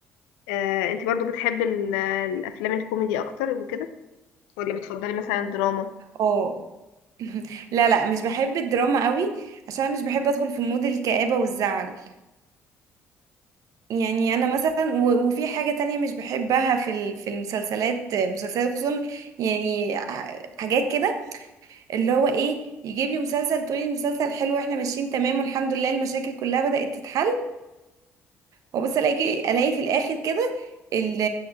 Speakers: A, on the left; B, on the right.
A: آه، انت برضو بتحب ال- الافلام الكوميدي اكتر وكده ولا بتفضلي مثلا الدراما
B: اه <laughs> لا لا مش بحب الدراما قوي عشان مش بحب ادخل في مود الكآبة والزعل يعني انا مثلا و- وفي حاجة تانية مش بحبها في ال- في المسلسلات مسلسلات خصوصا يعني ح- حاجات كده اللي هو ايه يجيب لي مسلسل تقولي المسلسل حلو واحنا ماشيين تمام والحمد لله المشاكل كلها بدأت تتحل وبس الاقي الاقي في الاخر كده ال-